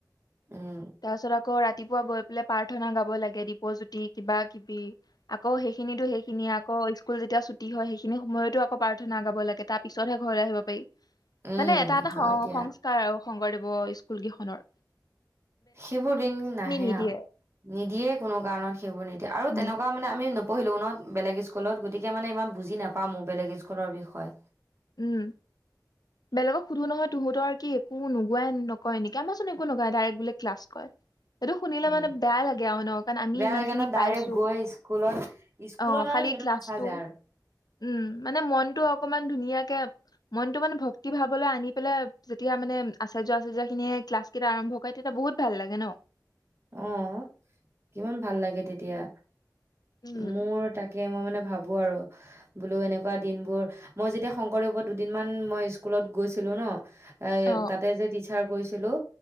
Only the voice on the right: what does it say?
উম
উম,
হয় দিয়া।
সেইবোৰ দিন নাহে
আও নিদিয়ে কোনো কাৰণত সেইবোৰ নিদিয়ে আৰু
তেনেকোৱা মানে আমি। নপঢ়িলো ন বেলেগ স্কুলত গতিকে মানে ইমান বুজি নাপাম বেলেগ স্কুলৰ বিষয়ে।
উম,
বেয়া
লাগে
ন
ডাইৰেক্ট গৈ স্কুলত স্কুলত
আৰু সেইটো
নাচাযে আৰু।
অ'! কিমান ভাল লাগে তেতিয়া।
মোৰ তাকে মই মানে ভাবোঁ আৰু বোলো এনেকুৱা দিনবোৰ, মই যেতিয়া শংকৰদেৱৰ দুদিনমান মই স্কুলত গৈছিলোঁ ন। এ
তাতে যে টিচাৰ গৈছিলোঁ।